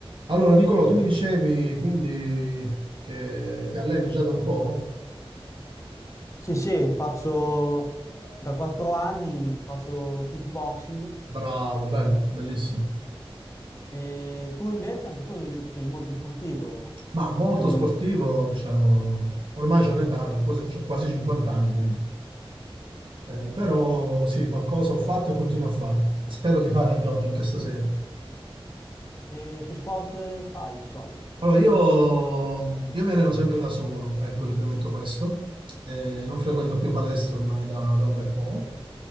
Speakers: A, on the right (about 55°); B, on the left (about 30°).
A: Allora, Nicolò, tu mi dicevi quindi che ti alleni già da un po'?
B: Sì, sì, faccio da quattro anni, faccio kickboxing.
A: Bravo, bello, bellissimo.
B: E tu invece, anche tu mi hai detto che eri molto sportivo.
A: Ma molto
B: Co-
A: sportivo, diciamo, ormai c'ho un'età, c'ho quasi, c'ho quasi 50 anni, quindi. Eh, però sì, qualcosa ho fatto e continuo a fare. Spero di fare anche oggi, anche stasera.
B: E che sport fai di solito?
A: Allora, io, io mi alleno sempre da solo, ecco, ti premetto questo. Eh, non frequento più palestre ormai da, da un bel po'.